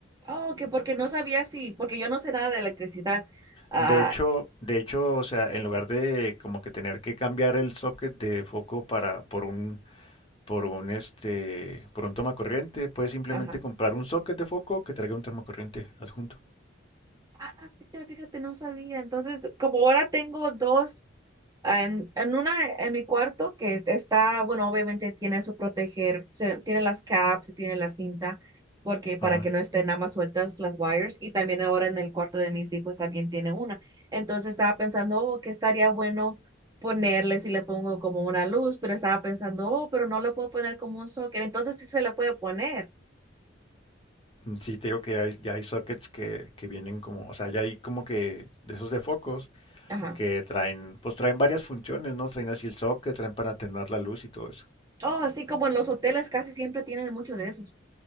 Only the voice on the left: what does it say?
De hecho, de hecho, o sea, en lugar de como que tener que cambiar el socket de foco para, por un, por un este, por un toma corriente. Puedes simplemente
comprar un socket de foco que traiga un toma corriente adjunto.
Ajá.
Mm, Sí, te digo que ya hay, ya hay sockets que, que vienen como, o sea, ya hay como que de esos de focos
que traen, pues traen varias funciones, ¿no? Traen así el socket, traen para atenuar la luz y todo eso.